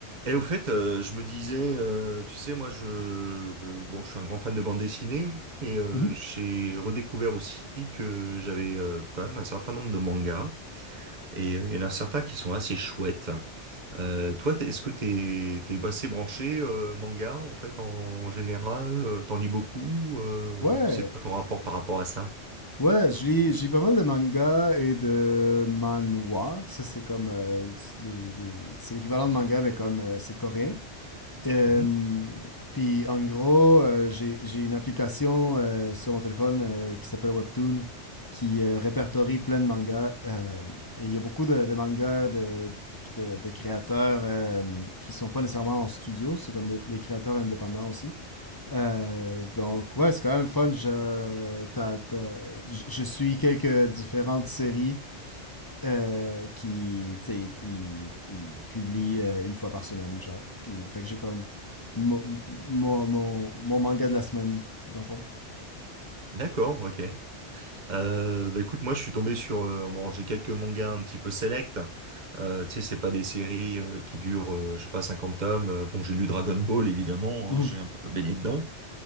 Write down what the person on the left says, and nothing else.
Mmh
Ouais,
ouais, j'ai j'ai pas mal de mangas et de manhwa. Ça, c'est comme, heu, c'est des des c'est l'équivalent de manga, mais comme, heu, c'est coréen. Euh,
puis en gros, euh, j'ai j'ai une application euh, sur mon téléphone euh, qui s'appelle Webtoon qui euh, répertorie plein de mangas. euh, et il y a beaucoup de, de mangas de, de- de créateurs euh, qui sont pas nécessairement en studio, c'est comme des, des créateurs indépendants aussi. Euh, donc ouais, c'est quand même fun. genre, euh, t'as- t'as- je je suis quelques différentes séries euh, qui, tu sais, il, il publie euh, une fois par semaine, genre. Puis, fait que j'ai comme mon, mon, mon- mon manga de la semaine, dans le fond.
Mhm,